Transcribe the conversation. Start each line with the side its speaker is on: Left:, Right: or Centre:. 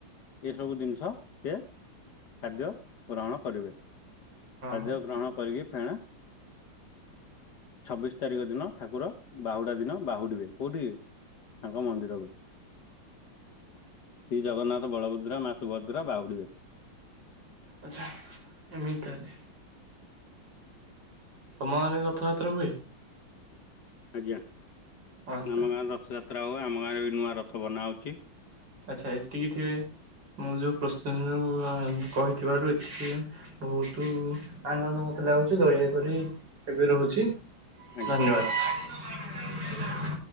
Left: ଏସବୁ ଜିନିଷ ସିଏ
Right: ହଁ
Left: ଖାଦ୍ୟ ଗ୍ରହଣ କରିବେ। ଖାଦ୍ୟ
Right: ହଁ
Left: ଗ୍ରହଣ କରିକି ଫେଣେ ଛବିଶି ତାରିଖ ଦିନ ଠାକୁର ବାହୁଡା ଦିନ ବାହୁଡିବେ କୋଉଠି କି? ତାଙ୍କ ମନ୍ଦିରକୁ। ଶ୍ରୀ ଜଗନ୍ନାଥ ବଳଭଦ୍ରା ମା ସୁଭଦ୍ରା ବାହୁଡ଼ିବେ।
Right: ଆଚ୍ଛା ଏମିତି ତାହେଲେ। ତମ ଗାଁରେ ରଥଯାତ୍ରା ହୁଏ।
Left: ଆଜ୍ଞା ଆମ
Right: ଆଚ୍ଛା
Left: ଗାଁରେ ରଥଯାତ୍ରା ହୁଏ। ଆମ ଗାଁରେ ବି ନୂଆ ରଥ ବନାହଉଛି।
Right: ଆଚ୍ଛା ଏତିକି ଥିବେ ମୁଁ ଯୋଉ ପ୍ରଶ୍ନ କହି ଥିବାରୁ ଏତିକି ବହୁତ ଆନନ୍ଦ ମତେ ଲାଗୁଛି ଦୟାକରି ଏବେ ରହୁଛି।
Left: ଆଜ୍ଞା
Right: ଧନ୍ୟବାଦ।